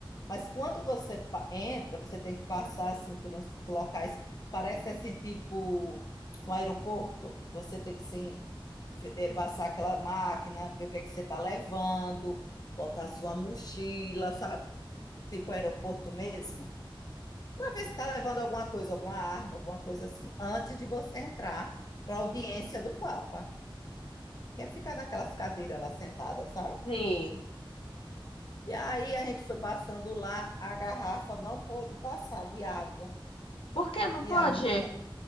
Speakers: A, on the left; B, on the left.
A: Mas quando você pa- entra, você tem que passar assim pelos locais, parece assim tipo um aeroporto, que você tem que assim, ve- eh, passar aquela máquina, ver o que é que você está levando, botar sua mochila, sabe? Tipo aeroporto mesmo para ver se está levando alguma coisa, alguma arma, alguma coisa assim, antes de você entrar para a audiência do Papa, que é ficar naquelas cadeiras lá sentadas, sabe?
B: Sim.
A: E aí a gente foi passando lá, a garrafa não pôde passar de água,
B: Por que não
A: que
B: pode?
A: a minha,